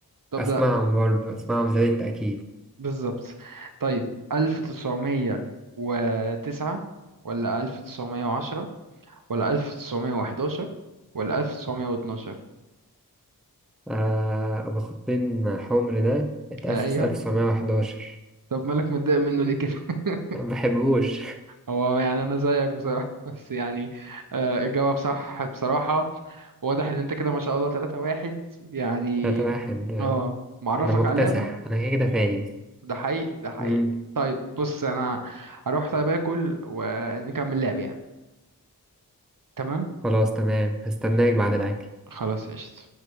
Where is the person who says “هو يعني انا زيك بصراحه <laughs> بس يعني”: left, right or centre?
Right